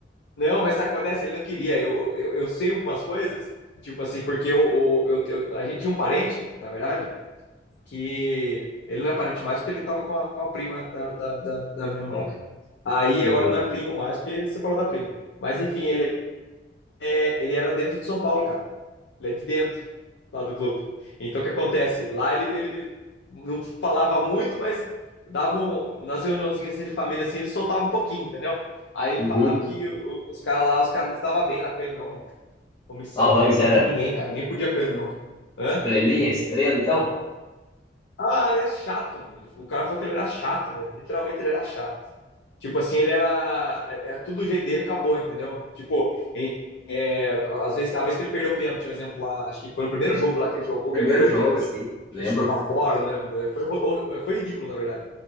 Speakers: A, on the left (about 75°); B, on the left (about 25°).
A: Não, mas sabe o que acontece, ele não queria. Eu, eu, eu sei umas coisas, tipo assim, porque eu, eu, eu- a gente tinha um parente, na verdade, que ele não é parente mais porque ele tava com a, com a prima da, da, da, da minha namorada.
B: É,
A: Aí
B: que
A: agora
B: rola.
A: ele não é primo mais porque separou da prima. Mas enfim, ele, é, ele era dentro de São Paulo, cara. Ele é de dentro, lá do clube. Então, o que acontece? Lá ele, ele, ele não falava muito, mas davam, um, nas reuniãozinhas assim, de família, assim, ele soltava um pouquinho, entendeu? Aí ele
B: Uhum.
A: falava que o, os caras lá, os caras não estavam bem lá com ele, não, mano. Comissão
B: Ah, o Rames
A: técnica,
B: era
A: ninguém, cara. Ninguém podia com ele, não. Hã?
B: estrelinha, estrela, então.
A: Ah, ele é chato. né? Ele- o cara falou que ele era chato mesmo. Literalmente ele era chato. Tipo assim, ele era. É, é tudo o jeito dele acabou, entendeu? Tipo, em- é, às vezes, a vez que ele perdeu o pênalti, um exemplo lá, acho que foi no primeiro jogo lá que ele jogou
B: Primeiro
A: que ele perdeu
B: jogo,
A: o pênalti.
B: sim,
A: Acho
B: lembro.
A: que ele chutou pra fora, não lembro. É, Foi, ro- foi ridículo, na verdade.